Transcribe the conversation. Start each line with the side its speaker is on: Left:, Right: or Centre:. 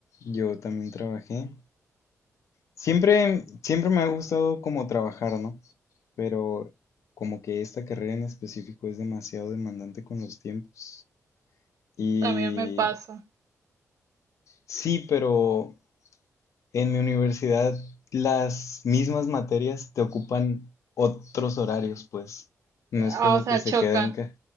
Left: Yo también trabajé Siempre, siempre me ha gustado como trabajar, ¿no? Pero como que esta carrera en específico es demasiado demandante con los tiempos. Y
Right: También me pasa.
Left: sí, pero en mi universidad las mismas materias te ocupan otros horarios, pues. No es
Right: Ah,
Left: como
Right: o sea,
Left: que se
Right: chocan.
Left: queda enca-